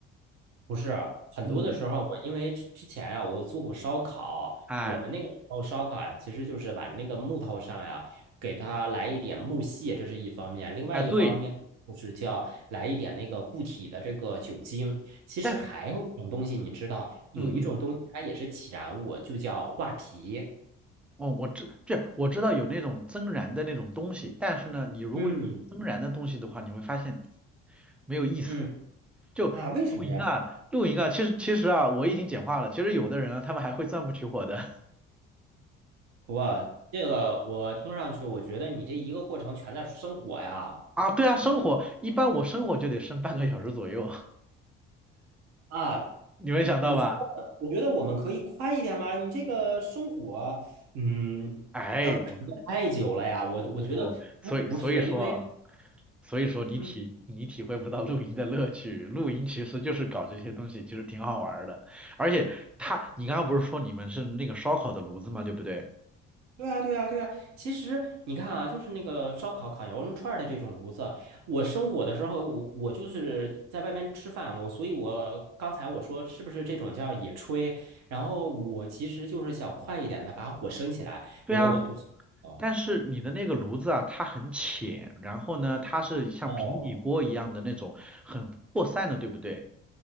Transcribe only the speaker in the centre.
嗯，
哎
哎，对，
但
嗯嗯，
哦，我知这我知道有那种增燃的那种东西，但是呢，你如果用增燃的东西的话，
你会发现没有意思。
就露营啊，
露营啊，其实其实啊，我已经简化了。其实有的人啊，他们还会钻木取火的。
啊，对啊，生火一般我生火就得生半个小时左右，
<laughs> 你没想到吧？
哎，
我
我不不，所以所以说啊所以说你体你体会不到露营的乐趣，
露营其实就是搞这些东西，其实挺好玩儿的。而且他，你刚刚不是说你们是那个烧烤的炉子嘛，对不对？
对啊，
但是你的那个炉子啊，它很浅，然后呢，它是像平底锅一样的那种很扩散的，
对不对？